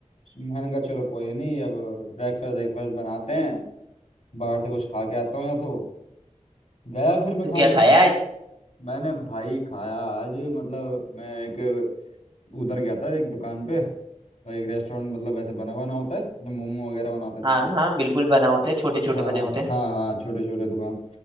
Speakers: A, on the left; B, on the right.
A: मैंने कहा चलो कोई नहीं अब ब्रेकफास्ट ब्रेकफास्ट बनाते हैं बाहर से कुछ खा के आता हूँ या तो गया फिर मैं
B: तो
A: खाने
B: क्या खाया आज
A: मैंने भाई खाया आज मतलब मैं एक उधर गया था एक दुकान पे एक रेस्टोरेंट मतलब वैसे बना बना होता है जो मोमो वगैरह बनाते हैं
B: हाँ
A: सब कुछ
B: हाँ बिल्कुल बना होते हैं छोटे छोटे
A: हाँ
B: बने होते हैं
A: हाँ हाँ छोटे छोटे दुकान